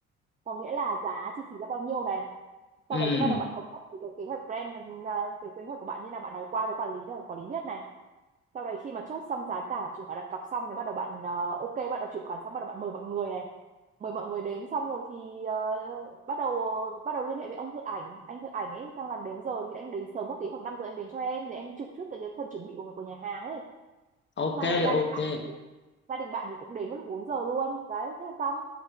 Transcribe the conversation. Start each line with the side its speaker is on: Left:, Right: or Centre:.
Right: có nghĩa là giá chi phí là bao nhiêu này
Left: ừ.
Right: sau đấy thì bắt đầu bạn thống nhất về cái kế hoạch brand ừ, ờ, về kế hoạch của bạn như là bạn nói qua với quản lý để quản lý biết này sau đấy khi mà chốt xong giá cả chuyển khoản đặt cọc xong thì bắt đầu bạn ờ, ok bắt đầu chuyển khoản xong bắt đầu bạn mời mọi người này mời mọi người đến xong rồi thì ờ, bắt đầu ờ, bắt đầu liên hệ với ông thợ ảnh anh thợ ảnh ấy xong làm đến giờ thì anh đến sớm một tí khoảng 5 giờ anh đến cho em để em chụp trước cái, cái phần chuẩn bị của, của nhà hàng ấy
Left: Ok,
Right: xong rồi gia
Left: ok.
Right: đình bạn gia đình bạn thì cũng đến lúc 4 giờ luôn đấy thế là xong